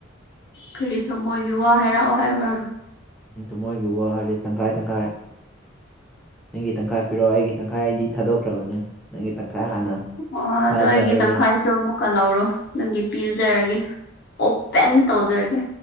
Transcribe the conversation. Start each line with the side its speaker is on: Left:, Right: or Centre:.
Left: ꯀꯔꯤ ꯊꯝꯃꯣꯏꯒꯤ ꯋꯥ ꯍꯥꯏꯔꯛꯑꯣ ꯍꯥꯏꯕ꯭ꯔꯥ
Centre: ꯎ ꯃꯣꯏꯒꯤ ꯋꯥ ꯍꯥꯏꯗꯤ ꯇꯪꯈꯥꯏ ꯇꯪꯈꯥꯏ ꯅꯪꯒꯤ ꯇꯪꯈꯥꯏ ꯄꯤꯔꯛꯑꯣ ꯑꯩꯒꯤ ꯇꯪꯈꯥꯏ ꯑꯩꯗꯤ ꯊꯥꯗꯣꯛꯈ꯭ꯔꯕꯅꯦ ꯅꯪꯒꯤ ꯇꯪꯈꯥꯏ ꯍꯥꯟꯅ
Left: ꯑꯣ ꯑꯗꯣ
Centre: ꯐꯥꯖꯔꯒꯦ
Left: ꯑꯩꯒꯤ ꯇꯪꯈꯥꯏꯁꯨ ꯑꯃꯨꯛ ꯀꯜꯍꯧꯔꯣ ꯅꯪꯒꯤ ꯄꯤꯖꯔꯒꯦ ꯑꯣꯄꯦꯟ ꯇꯧꯖꯔꯒꯦ